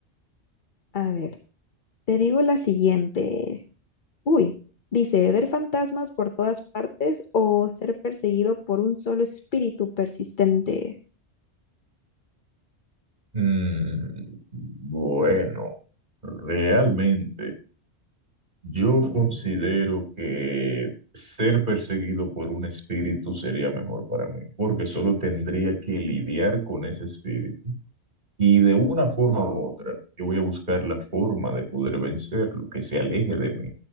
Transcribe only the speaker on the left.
A ver. Te digo la siguiente. Uy, dice, ver fantasmas por todas partes o ser perseguido por un solo espíritu persistente.